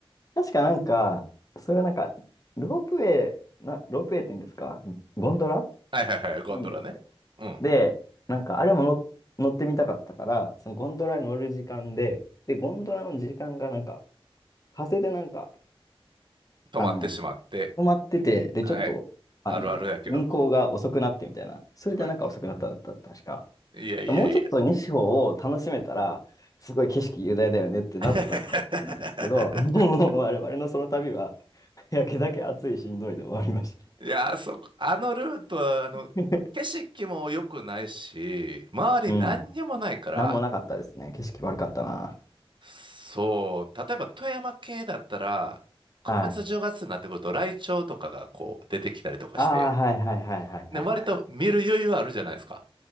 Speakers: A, on the left (about 35°); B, on the right (about 55°).
A: 確かなんか、それはなんか、ロープウェイ、な、ロープウェイって言うんですかゴンドラ
B: はいはいはい、ゴンドラね。
A: なんだ。
B: うん、
A: で、なんかあれも乗乗ってみたかったから、そのゴンドラに乗る時間で、で、ゴンドラの時間がなんか、風でなんか、
B: 止まってしまって。
A: あの、止まってて、で、
B: はい、
A: ちょっと、あの、
B: あるあるやけど。
A: 運行が遅くなってみたいな、それでなんか遅くなったんだった、
B: はいは
A: 確か。
B: い。いやいやいや。
A: もうちょっと西方を楽しめたら、すごい景色雄大だよねってなったのかもしれないんですけど、
B: <laughs>
A: <laughs> もう我々のその旅は、焼けだけ暑いしんどいで終わりました。
B: いや、あそこ、あのルートは、あの、
A: <laughs>
B: 景色も良くないし、周り何にもないから、
A: うん。なんもなかったですね。景色悪かったな。
B: そう、例えば富山系だったら、9月10月になってくると、
A: はい。
B: ライチョウとかがこう出てきたりとかして、
A: ああ、はいはいはいはいはいはい。
B: で、割と見る余裕あるじゃないですか。